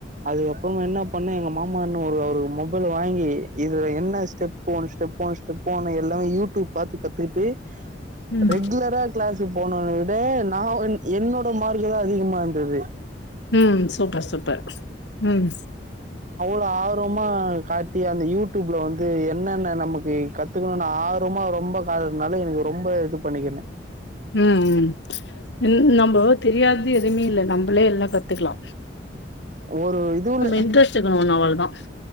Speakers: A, on the right; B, on the left.
A: அதுக்கப்றமா என்னா பண்ணே எங்க மாமான்னு ஒரு அவரு மொபைல் வாங்கி இதுல என்ன ஸ்டெப் போ ஸ்டெப் போனு ஸ்டெப் போனு எல்லா ‌யூ டூப் பாத்து கத்துகுட்டு
B: ம்
A: ரெகுலரா க்ளாஸு போனவன விட நா என்னோட மார்க்கு தா அதிகமா இந்தது
B: ம் சூப்பர் சூப்பர் ம்
A: ள ஆர்வமா காட்டி அந்த யூடியூப்ல வந்து என்னென்ன நமக்கு கத் துக்கனுன் ஆர்வமா ரொம்ப <unintelligible> எனக்கு ரொம்ப இது பண்ணிக்கின்னே
B: ம் ம் நம்ப தெரியாது எதும்மே இல்ல நம்பளே எல்லா கத்துக்லா
A: ஒரு இதுவுல
B: இன்ட்ரெஸ்ட் இருக்கணு ஒன்னு அவ்ளோதா